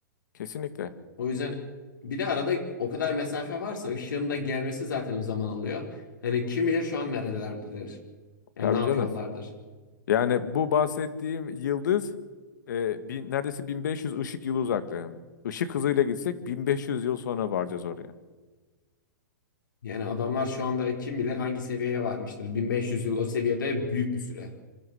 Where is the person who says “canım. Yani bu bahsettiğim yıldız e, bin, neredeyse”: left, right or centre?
Left